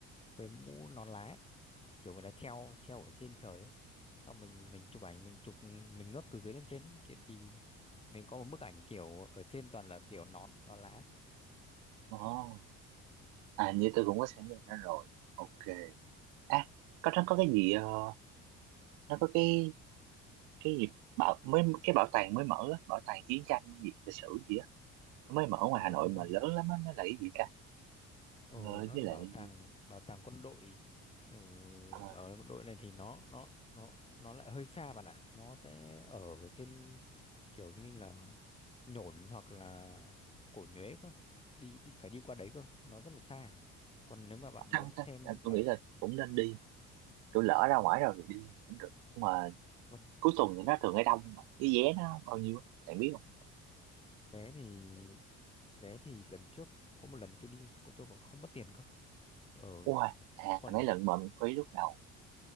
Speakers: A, on the left; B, on the right.
A: về mũ nón lá ấy. kiểu người ta treo treo ở trên trời ấy xong mình mình chụp ảnh mình chụp mình ngước từ dưới lên trên ấy. Thì, thì mình có một bức ảnh kiểu ở trên toàn là kiểu nón nón lá thôi.
B: Ồ. à như tôi cũng có xem bên đó rồi ok à có nó có cái gì ờ, nó có cái cái gì bảo mới cái bảo tàng mới mở á, bảo tàng chiến tranh gì lịch sử gì á nó mới mở ngoài
A: ờ
B: Hà Nội
A: đúng
B: mà
A: rồi
B: lớn lắm á nó là cái gì ta
A: ờ
B: ờ,
A: nó
B: với
A: là
B: lại
A: bảo tàng bảo tàng quân đội ừ,
B: ờ,
A: bảo tàng quân đội này thì nó nó nó nó lại hơi xa bạn ạ nó sẽ ở trên kiểu như là Nhổn hoặc là Cổ Nhuế cơ đi, đi phải đi qua đấy cơ nó rất là xa còn nếu mà bạn
B: sao
A: muốn
B: ta
A: xem
B: à, tôi
A: bảo
B: nghĩ là cũng nên đi tôi lỡ ra ngoài rồi thì đi cũng được nhưng mà
A: còn
B: cuối tuần thì nó thường hay đông mà cái vé nó bao nhiêu á bạn biết không
A: vé thì vé thì lần trước có một lần tôi đi cô- tôi còn không mất tiền cơ ờ
B: Ui, à
A: còn
B: mấy lần mà mình khuấy lúc đầu